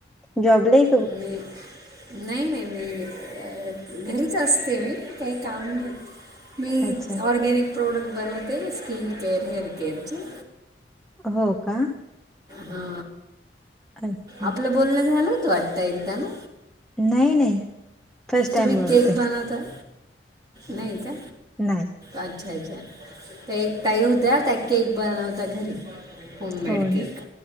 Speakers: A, in the centre; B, on the right.
A: जॉबला हाय?
B: हम, नाही- नाही मी घरीच असते. मी काही काम नाही. मी
A: अच्छा
B: ऑर्गनिक प्रोडक्ट बनवते स्किन केअर हेअर केअरचे.
A: हो का.
B: हा
A: अच्छा
B: आपलं बोलणं झालं होत वाटतं एकदा ना?
A: नाही- नाही. फर्स्ट टाइम
B: तुम्ही
A: बोलते
B: केक बनवता? नाही का
A: नाही
B: अच्छा - अच्छा ते ताई होत्या त्या केक बनवता घरी होममेड
A: हो
B: केक
A: ना